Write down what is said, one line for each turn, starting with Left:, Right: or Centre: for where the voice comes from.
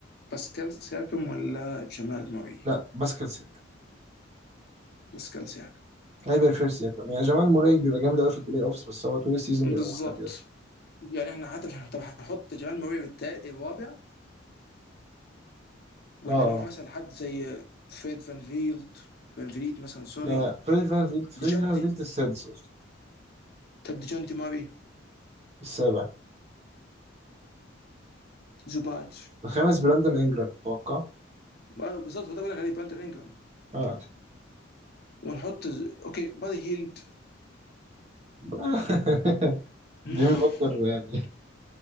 Left: باسكال سياكم ولا جمال موري
Right: لا باسكال سياكم
Left: باسكال سياكم
Right: كايبر فير سياكم يعني جمال موري بيبقى جامد قوي في البلاي أوفس بس هو طول السيزون
Left: بالظبط
Right: بيبقى مختفي أصلا
Left: يعني احنا حتى مش طب هنحط جمال موري التالت الرابع ولا
Right: أه
Left: نروح
Right: أه
Left: مثلا لحد زي فريد فان فيلد فان فيليت مثلا سوري
Right: لا لا فريزي فان فيلت فريزي
Left: ديجانتي
Right: فان فيلت السادس
Left: طب ديجانتي ماري
Right: السابع
Left: زوبات
Right: الخامس براندون انجرام اتوقع
Left: آه، بالظبط هو ده بقول لك عليه بانتر انجرام
Right: اه
Left: ونحط اوكي بادي هيلد
Right: <laughs>
Left: <laughs>
Right: جيمي بutler يعني